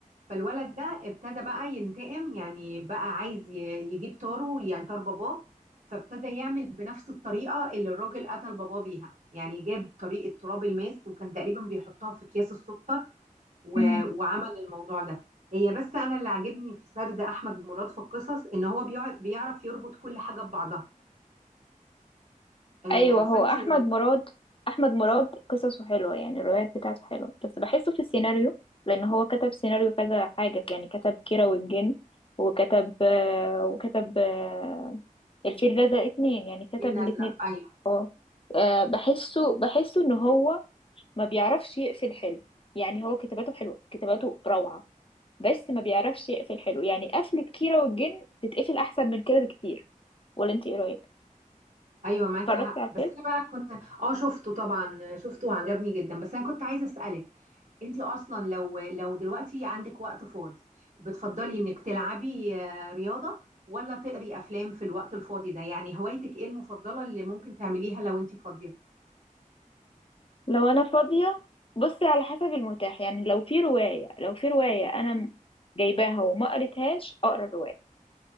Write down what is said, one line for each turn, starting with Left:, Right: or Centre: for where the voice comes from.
Right: فالولد ده ابتدى بقى ينتقم يعني بقى عايز ي- يجيب طاره يعني طار باباه فابتدى يعمل بنفس الطريقة اللي الراجل قتل باباه بيها يعني جاب طريقة تراب الماس وكان تقريبا بيحطها في أكياس السكر و-
Left: امم
Right: وعمل الموضوع ده هي بس انا اللي عاجبني في سرد احمد مراد في القصص ان هو بيع- بيعرف يربط كل حاجه ببعضها آه،
Left: أيوه هو
Right: فانتي
Left: أحمد
Right: لو
Left: مراد أحمد مراد قصصه حلوة يعني الروايات بتاعته حلوة بس بحسه في السيناريو لأن هو كتب سيناريو كذا حاجة يعني كتب كيرة والجن وكتب آه، وكتب آه، الفيل الأزرق اتنين يعني كتب
Right: الفيل الازرق
Left: الاتنين
Right: ايوه
Left: أه بحسه بحسه إن هو ما بيعرفش يقفل حلو يعني هو كتاباته حلوة كتاباته روعة بس ما بيعرفش يقفل حلو يعني قفلة كيرة والجن تتقفل أحسن من كده بكتير ولا أنت إيه رأيك؟
Right: ايوه معاكي
Left: اتفرجتي
Right: حق
Left: على الفيلم؟
Right: بس انا بقى كنت اه شفته طبعا شفته وعجبني جدا بس انا كنت عايزه اسالك انتي اصلا لو لو دلوقتي عندك وقت فاضي بتفضلي انك تلعبي آه، رياضه ولا تقري افلام في الوقت الفاضي ده يعني هوايتك ايه المفضله اللي ممكن تعمليها لو انتي فاضيه
Left: لو أنا فاضية بصي على حسب المتاح يعني لو في رواية لو في رواية أنا م- جايباها وما قريتهاش أقرأ الرواية